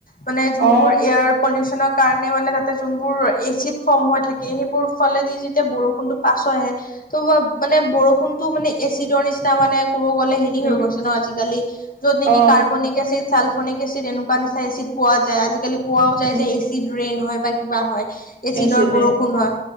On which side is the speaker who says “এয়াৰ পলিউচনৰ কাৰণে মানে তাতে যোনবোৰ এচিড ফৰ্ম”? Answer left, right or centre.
Left